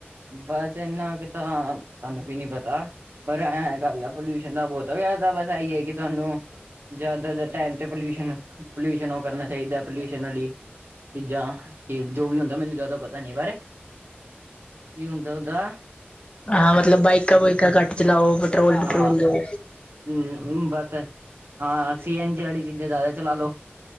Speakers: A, on the right; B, on the left.
A: ਬਸ ਇੰਨਾ ਕਿ ਤਾਂ ਸਾਨੂੰ ਵੀ ਨੀ ਪਤਾ। ਪਰ ਐਂ ਗੱਲ ਹੈ ਪੋਲਿਊਸ਼ਨ ਦਾ ਬਹੁਤ ਹੋ ਗਯਾ ਬਸ ਇਹੀ ਹੈ ਕਿ ਤੁਹਾਨੂੰ ਜਾਦਾ ਟੈਮ ਚ ਪੋਲਊਸ਼ਨ-ਪੋਲਊਸ਼ਨ ਉਹ ਕਰਨਾ ਚਾਹੀਦਾ ਪੋਲਊਸ਼ਨ ਲਈ ਚੀਜ਼ਾਂ ਇਹ ਜੋ ਵੀ ਹੁੰਦਾ ਮੈਨੂੰ ਜ਼ਿਆਦਾ ਪਤਾ ਨਹੀਂ ਏਹ ਬਾਰੇ। ਕੀ ਹੁੰਦਾ ਉਦਾ?
B: ਹਾਂ ਮਤਲਬ ਬਾਈਕਾਂ- ਬੁਇਕਾਂ ਘੱਟ ਚਲਾਓ। ਪੈਟਰੋਲ ਪੈਟਰੋਲ
A: ਹਾਂ
B: ਦਿਓ।
A: ਹਮ ਬਸ ਹਾਂ ਸੀ- ਐਨ- ਜੀ ਵਾਲੀ ਚੀਜ਼ਾਂ ਜ਼ਿਆਦਾ ਚਲਾ ਲੋ।